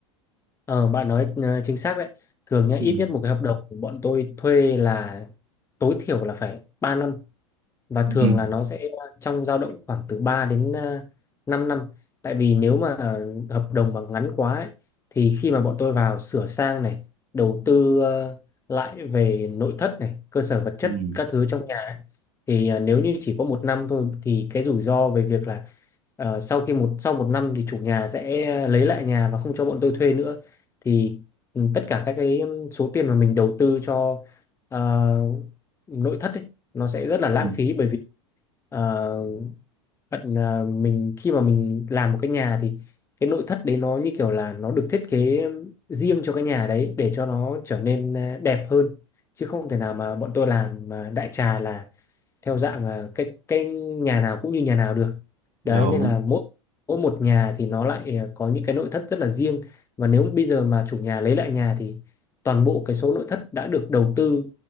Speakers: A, on the left (about 15°); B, on the right (about 45°).
A: Ờ, bạn nói ờ, chính xác đấy. Thường nhá, ít
B: Ừ.
A: nhất một cái hợp đồng của bọn tôi thuê là tối thiểu là phải ba năm và thường
B: ừ
A: là nó sẽ ờ, trong dao động khoảng từ 3 đến à, 5 năm tại vì nếu mà hợp đồng mà ngắn quá ấy, thì khi mà bọn tôi vào sửa sang này đầu tư ờ, lại về nội thất này cơ sở vật chất
B: ừ
A: các thứ trong nhà ấy, thì ờ, nếu như chỉ có một năm thôi thì cái rủi ro về việc là ờ, sau khi một sau một năm thì chủ nhà sẽ lấy lại nhà và không cho bọn tôi thuê nữa thì ừ, tất cả các cái số tiền mà mình đầu tư cho ờ, nội thất ấy, nó sẽ rất là
B: ừ
A: lãng
B: Ừ.
A: phí bởi vì ờ, bạn à, mình khi mà mình làm một cái nhà thì cái nội thất đấy nó như kiểu là nó được thiết kế riêng cho cái nhà đấy để cho nó trở nên à, đẹp hơn chứ không thể nào mà bọn tôi làm à, đại trà là theo dạng là cái cái nhà nào cũng như nhà nào được đấy
B: Đúng.
A: nên là mỗi mỗi một nhà thì nó lại à, có những cái nội thất rất là riêng và nếu bây giờ mà chủ nhà lấy lại nhà thì toàn bộ cái số nội thất đã được đầu tư